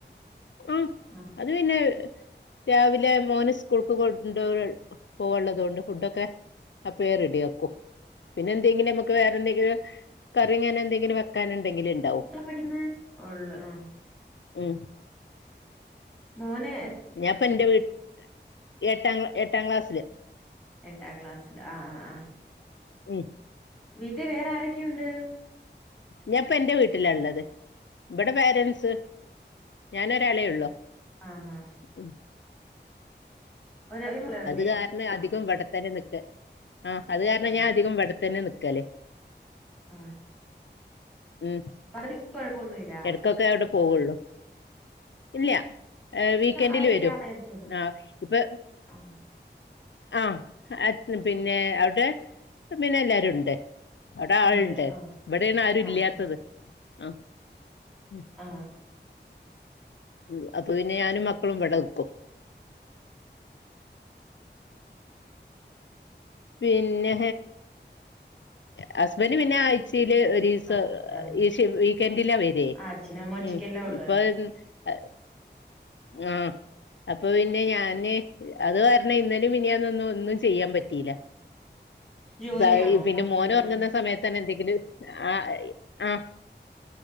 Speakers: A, on the left; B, in the centre.
A: ആഹ
B: ആഹാ.
A: അത് പിന്നെ രാവിലെ മോന് സ്കൂൾക്ക് കൊണ്ട് പോവുള്ളത് കൊണ്ട് ഫുഡൊക്കെ അപ്പ റെഡിയ ആക്കും പിന്നെ എന്തെങ്കിലും നമ്മുക്ക് വേറെന്തെങ്കിലും കറിങ്ങനെ എന്തെങ്കിലും ക്കാനുണ്ടെങ്കിലും ഉണ്ടാവും
B: പഠുന്ന ഉള്ള ആ
A: ഉഏ
B: മോനെ
A: ഞാപ്പൊ എന്റെ വീട്ട എട്ടാം ക് എട്ടാം ക്ലാസ്സില്
B: എട്ടാം ക്ളാസ്സില് ആ ആ് ആഹ
A: ഉം
B: വീട്ടിൽ വേറെ ആരൊക്കെയുണ്ട്
A: ഞാപ്പൊ എന്റെ വീട്ടിലാള്ളത് ഇവിടെ പേരൻറ്സ് ഞൻ ഒരാളെ ഉള്ളു
B: ആഹാ
A: ഉ
B: ഒരു ഒരു മോളല്ലേ
A: അത് കാരണം അധികം
B: ആ
A: ഇവിടെത്തന്നെ ന ആഹ
B: ഇപ്പം
A: അത് കാരണം ഞാൻ അധികം വടത്തന്നെ നിക്കല്
B: ആഹ
A: ഉം
B: പറഞ്ഞി കൊഴപ്പൊന്നുമല്ല
A: എടക്കൊക്കെ അവിടെ പോവുള്ളു ഇല്ല ഏർ വീക്കെൻഡില്
B: ആരൊക്കെയാ
A: വരും
B: അമ്മയും അച്ഛനും
A: ആ് ഇപ്പൊ
B: ആ
A: ആഹ പിന്നെ അവിടെ പിന്നെ എല്ലാരും ഉണ്ട് അവിടെ ആളുണ്ട്
B: ഉണ്ട് ആ
A: ഇവിടെയാണ് ആരും
B: ആഹാ
A: ഇല്ലാത്തത് ആ ഉം
B: ആ
A: ഉ അപ്പൊ പിന്നെ ഞാനും മക്കളും ഇവിടെ നിക്കും
B: <unintelligible>
A: പിന്നെ ഹസ്ബന്ഡ് പിന്നെ അ ഒരു
B: ആ ആ, അവിടെ നിൽക്കും
A: ഈ വീക്കെൻഡിലാ വരെ
B: ആ അച്ഛനും അമ്മ ഒറ്റയ്ക്കല്ലേ
A: ഉ
B: ഉള്ളു
A: ഇപ്പൊ അ ആഹ അപ്പൊ പിന്നെ ഞാന് അത് കാരണം ഇന്നലേം മിനിഞാന്നു ഒന്നു ഒന്നും ചെയ്യാൻ പറ്റിയില്ല
B: ജോലിയാണോ
A: സായി പിന്നെ
B: ഹസ്ബൻഡ്
A: മോന് ഉറങ്ങുന്ന സമയ ത്താണ് എന്തെങ്കിലും ആഹ് ഈ ആഹ്